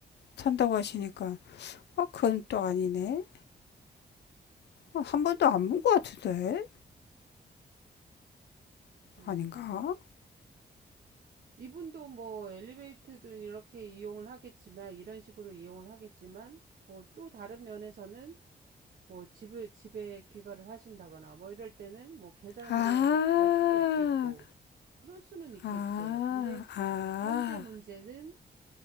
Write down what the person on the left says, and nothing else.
탄다고 하시니까, 아, 그건 또 아니네. 아, 한 번도 안 본 것 같은데?
아닌가?
아,
아,
아,